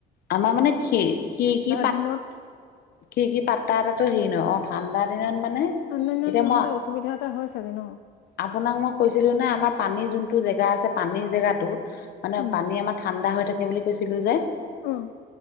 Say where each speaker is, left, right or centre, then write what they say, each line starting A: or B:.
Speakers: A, on the left; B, on the left.
A: আমাৰ মানে খি-খিৰকি পাত,
B: দিনত
A: খিৰকি পাতা এটাটো হেৰি ন ঠাণ্ডা দিনত মান মানে,
B: ঠাণ্ডা দিনত
A: এতিয়া
B: নহ'লে
A: মই
B: অসুবিধা এটা হয় চাগে ন?
A: আপোনাক মই কৈছিলোঁ নে আমাৰ পানীৰ যোনটো জেগা আছে, পানীৰ জেগাটোত মানে
B: উম,
A: পানী আমাৰ ঠাণ্ডা হৈ থাকে বুলি কৈছিলো যে।
B: অ',